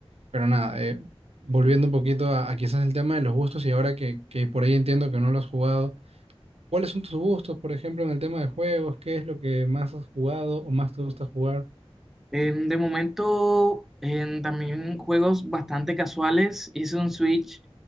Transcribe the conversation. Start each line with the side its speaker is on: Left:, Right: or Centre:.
Right: Pero nada, eh, volviendo un poquito a, a quizás el tema de los gustos y ahora que, que por ahí entiendo que no lo has jugado, ¿cuáles son tus gustos, por ejemplo, en el tema de juegos? ¿Qué es lo que más has jugado o más te gusta jugar?
Centre: Em, de momento, em, también juegos bastante casuales. Hice un switch